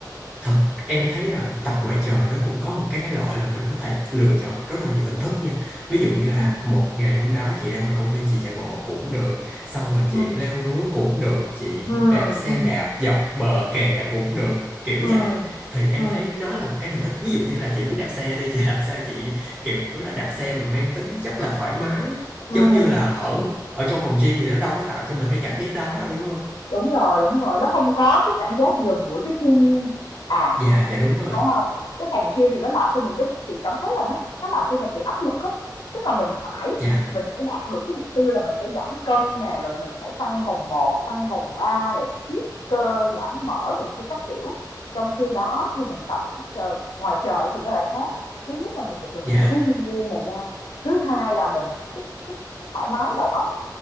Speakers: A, on the right; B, on the left.
A: thật em thấy là tập ngoại trời nó cũng có một cái lợi là mình có thể lựa chọn được rất là nhiều hình thức nha ví dụ như là
B: Ừ.
A: một ngày hôm đó chị ra ngoài công viên chị chạy bộ cũng được xong rồi chị
B: Ừ.
A: leo núi cũng được chị
B: Ừ.
A: đạp xe
B: Ừ.
A: đạp dọc bờ kè cũng được kiểu
B: ừ
A: vậy thì em
B: ừ
A: thấy nó là một cái hình thức ví dụ như là chị muốn đạp xe đi chị làm sao chị kiểu là đạp xe mà mang tính chất là thoải mái
B: ừ
A: giống như là ở
B: ừm,
A: ở trong phòng gym thì nó đâu có tạo cho mình cái cảm giác đó đâu đúng không
B: đúng rồi, đúng rồi, nó không có cái cảm giác gần gũi với thiên nhiên. À,
A: dạ dạ đúng rồi
B: phải không Cái phòng gym thì nó làm cho mình giống chị cảm thấy là nó nó làm cho mình bị áp lực á, tức là mình phải
A: dạ
B: mình phải đạt được cái mục tiêu là mình phải giảm cân nè, rồi mình phải tăng vòng một tăng vòng 3 rồi siết cơ, giảm mỡ này kia các kiểu. Trong khi đó thì mình tập cái t ngoài trời thì nó lại khác, thứ nhất là mình được gần
A: dạ
B: gũi với thiên nhiên này nha, thứ hai là mình cái cái cái thoải mái đầu óc